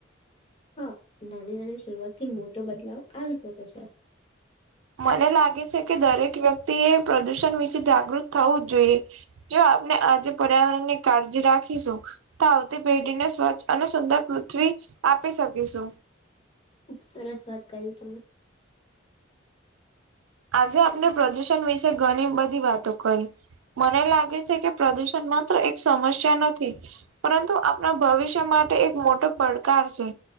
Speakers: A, on the left; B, on the right.
A: હા નાની-નાની શરૂઆત થી મોટો બદલાવ આવી શકે છે.
B: મને લાગે છે કે દરેક વ્યક્તિ એ પ્રદુષણ વિશે જાગૃત થવું જ જોઈએ. જો આપણે આજે પર્યાવરણ ની કાળજી રાખીશું તો આવતી પેઢીને સ્વચ્છ અને સુંદર પૃથ્વી આપી શકીશુ.
A: ખુબ સરસ વાત કરી તમે
B: આજે આપણે પ્રદૂષણ વિશે ઘણી બધી વાતો કરી મને લાગે છે કે પ્રદુષણ માત્ર એક સમસ્યા નથી પરંતુ આપણા ભવિષ્ય માટે એક મોટો પડકાર છે